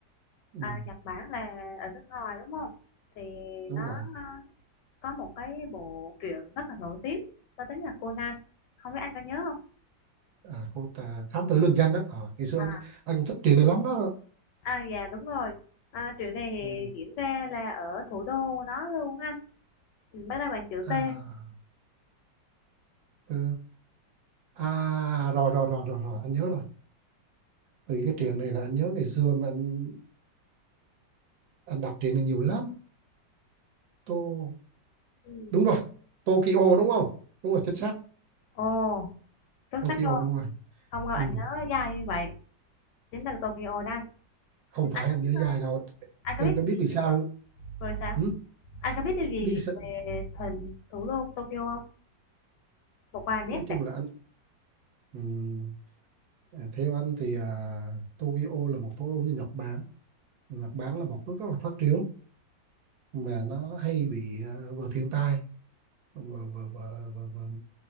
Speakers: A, on the right; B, on the left.
A: ừ.
B: À, Nhật Bản là ở nước ngoài đúng không? Thì
A: đúng
B: nó
A: rồi
B: à, có một cái bộ truyện rất là nổi tiếng có tiếng là Conan. Không biết anh có nhớ không?
A: à, cô ta thám tử lương danh đó, Ờ, ngày xưa
B: À,
A: anh anh cũng thích chuyện này lắm đó
B: à dạ đúng rồi. À, truyện này thì
A: ừ.
B: diễn ra là ở thủ đô của nó luôn anh. Ừ, Bắt đầu bằng chữ
A: à,
B: T
A: ừ. à rồi, rồi rồi rồi rồi anh nhớ rồi từ cái chuyện này là anh nhớ ngày xưa mà anh anh đọc chuyện này nhiều lắm tô
B: Ừ.
A: đúng rồi Tokyo đúng không đúng rồi chính xác
B: Ồ, xuất
A: Tokyo
B: sắc luôn.
A: đúng rồi
B: Không ngờ anh
A: ừ.
B: nhớ dài như vậy. Đến từ Tokyo đó.
A: không
B: Ừ,
A: phải
B: Anh
A: anh
B: có biết
A: nhớ dài
B: thôi.
A: đâu
B: Anh
A: em
B: có biết
A: có biết vì sao không?
B: rồi sao?
A: Ừ,
B: Anh có biết điều gì
A: biết sự-
B: về thành thủ đô Tokyo không? Một vài nét
A: nói chung
B: đặc.
A: là anh ừm, à, theo anh thì à, Tokyo là một thủ đô như Nhật Bản Nhật Bản là một nước rất là phát triển mà nó hay bị ờ, vừa thiên tai vừa vừa vừa, vừa, vừa,